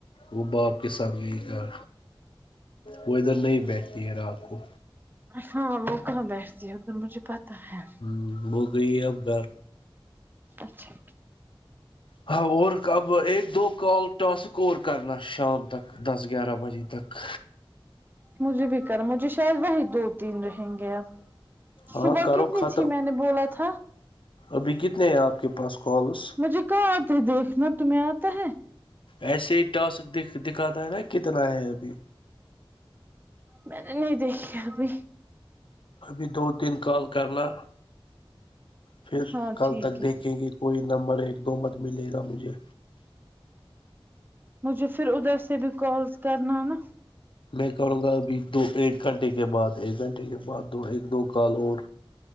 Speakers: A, on the left; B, on the right.
A: وہ باپ کے ساتھ گئی گھر وہ ادھر نہیں بیٹھتی ہے رات کو
B: ہاں وہ کہاں بیٹھتی ہے پھر مجھے پتہ ہے
A: ہمم وہ گئی ہے اب گھر
B: اچھا
A: ہاں اور اب ایک دو کال ٹاسک اور کرنا شام تک دس گیارہ بجے تک
B: مجھے بھی کر مجھے شاید وہی دو تین رہیں گے اب
A: ہاں
B: صبح
A: کرو
B: کتنی
A: ختم
B: تھی میں نے بولا تھا
A: ابھی کتنے ہیں آپ کے پاس کالس
B: مجھے کہاں آتے ہے دیکھنے تمہیں آتا ہے
A: ایسے ہی ٹاسک دی دکھاتا ہے نا کتنا ہے ابھی
B: میں نے نہیں دیکھیا ابھی
A: ابھی دو تین کال کرنا پھر
B: ہاں
A: کل
B: ٹھیک
A: تک
B: ہے
A: دیکھیں گے کوئی نمبر ایک دو مت ملے گا مجھے
B: مجھے پھر ادھر سے بھی کالس کرنا نا
A: میں کرونگا ابھی دو ایک گھنٹے کے بعد ایک گھنٹے کے بعد دو ایک دو کال اور